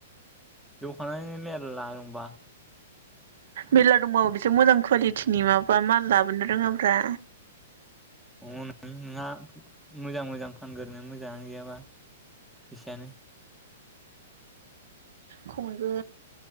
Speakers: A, in the centre; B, on the right.
A: दखानानो मेरला दंबा।
B: मेरला दंबावो बिसोर मोजां कुवालिटिनि माबा माल लाबोनो रोङाब्रा।
A: हनै नोंहा मोजां मोजां फानग्रोनो मोजाङानो गैयाबा। फैसायानो।
B: खमैबो